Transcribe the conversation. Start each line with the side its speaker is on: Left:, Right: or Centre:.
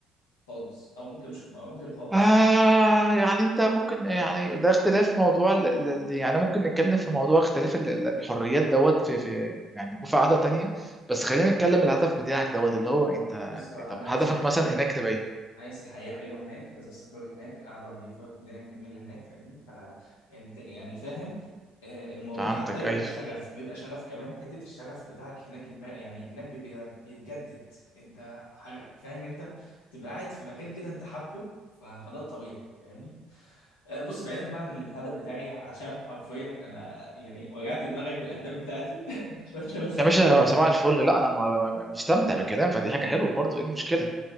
Left: خالص او ممكن مش او ممكن خالص
Centre: آه يعني انت ممكن يعني ده اختلاف موضوع ال- ال- ال- يعني ممكن نتكلم في موضوع اختلاف ال- ال- الحريات دوت في في يعني في قعدة تانية بس خلينا نتكلم الهدف بتاعك دوت اللي هو انت
Left: بص انا
Centre: طب
Left: عايز
Centre: هدفك
Left: اعيش
Centre: مثلا
Left: حياه
Centre: هناك
Left: حلوه
Centre: تبقى ايه
Left: عايز حياه حلوه هناك عايز استقر هناك قاعده نظيفه الدنيا الجميله هناك فاهمني فانت يعني فاهم آه، الموضوع
Centre: فهمتك
Left: حتى بيبقى
Centre: ايوه
Left: شغف بيبقى شغف كمان حته الشغف بتاعك هناك امبا- يعني هناك بيبقى بيتجدد انت حاجه فاهم انت تبقى قاعد في مكان كده انت حابه ف- فده الطبيعي فاهمني آه، بص بعيدا بقى عن الهدف بتاعي عشان حرفيا انا يعني وجعت دماغك بالاهداف بتاعتي <laughs> فانت مثلا
Centre: يا باشا
Left: انت الهدف
Centre: صباح
Left: بتاعك
Centre: الفل
Left: ايه
Centre: لا انا م- م- مستمتع بالكلام فدي
Left: <laughs>
Centre: حاجة حلوة برضو ايه المشكلة